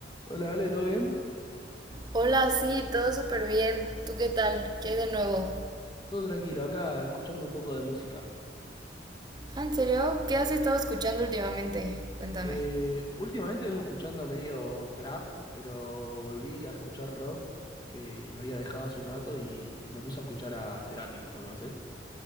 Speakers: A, on the left; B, on the right.
A: Hola, Ale, ¿todo bien?
B: Hola, sí, todo súper bien. ¿Tú qué tal? ¿Qué hay de nuevo?
A: Todo tranquilo, acá escuchando un poco de música.
B: Ah, ¿En serio? ¿Qué has estado escuchando últimamente? Cuéntame.
A: Eh, últimamente vengo escuchando medio trap, pero volví a escuchar rock que había dejado hace un rato y me puse a escuchar a Cerati, ¿lo conoces?